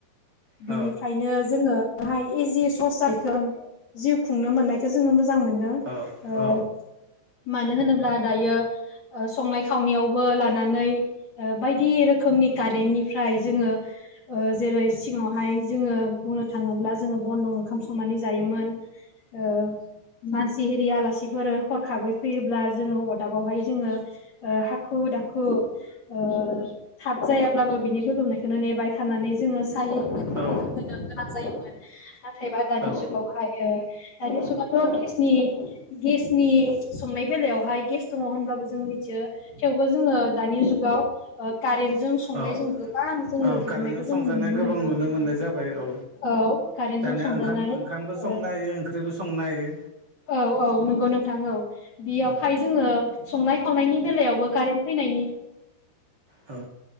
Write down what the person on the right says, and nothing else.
औ
औ
औ
औ
औ
ओ
औ
कारेन्टजों
संजानाय
गोबां नुनो मोननाय जाबाय औ
दानिया
ओंखाम-ओंखामबो
संनो हायो ओंख्रैबो संनो हायोे।
औ
ओ